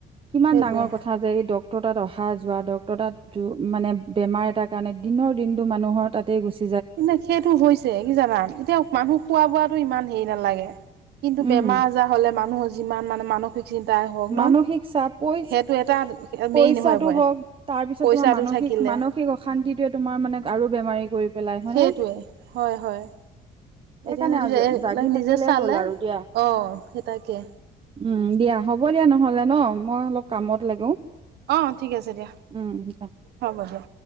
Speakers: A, on the right; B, on the right.
A: কিমান
B: সেইটোৱে
A: ডাঙৰ কথা যে এই ডক ডক্টৰ তাত অহা যোৱা, ডক্টৰ তাত যো মানে বেমাৰ এটাৰ কাৰণে দিনৰ দিনটো মানুহৰ তাত তে গুছে।
B: <unintelligible> সেইটো হৈছে কি জানা, এতিয়া মানুহ খোৱা বোৱাাতো ইমান হেৰি নালাগে <unintelligible> কিন্তু
A: উম
B: বেমাৰ আজাৰ হলে মানুহৰ যিমান মানে। মানসিক। চিন্তাই হওক
A: মানসিক
B: ন
A: চাপ পইচ
B: সেইটো এটা
A: পইচাটো
B: মেইন হৈ পৰে
A: হওঁক, তাৰ পিছত
B: পইচাটো
A: তোমাৰ মানসিক
B: থাকিলে
A: মানসিক অশান্তিটোয়ে তোমাৰ মানে আৰু বেমাৰী কৰি পেলাই হয়নে
B: সেইটোৱে হয় -হয়
A: সেইকাৰণে
B: এতিয়া যদি এই
A: জাগি
B: বিলাক
A: থাকিলেই
B: নিজে চালে
A: হ'ল আৰু দিয়া
B: অ সেইটাকে
A: উম দ হ'ব দিয়া নহলে ন মই অলপ কামত লাগো
B: অ', ঠিক আছে দিয়া।
A: উম
B: হ'ব দিয়া।